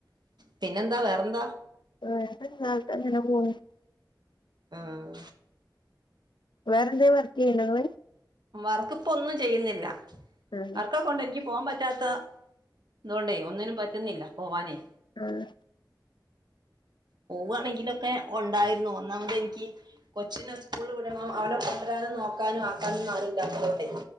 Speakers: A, on the right; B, on the left.
A: പിന്നെന്താ വേറെന്താ
B: <unintelligible>
A: ആഹ്
B: വറെ എന്തേ വർക്ക് ചെയ്യ്ണ്ടോങ്ങൾ
A: വർക്ക്പ്പം ഒന്നും ചെയ്യുന്നില്ല
B: ആഹ്
A: വർക്കൊ ണ്ട് എനിക്ക് പോവാൻ പറ്റാത്ത ദോണ്ടെ ഒന്നിനും പറ്റുന്നില്ല പോവാനേ.
B: ആഹ്.
A: പോവാണെങ്കിലൊക്കെ ഉണ്ടായിരുന്നു ഒന്നാമത് എനിക്ക് കൊച്ചിനെ സ്കൂൾ വിടണം അവനെ കൊണ്ടരാനും നോക്കാനും ആക്കാനും ഒന്നും ആരുല്ലാത്തദോണ്ടെ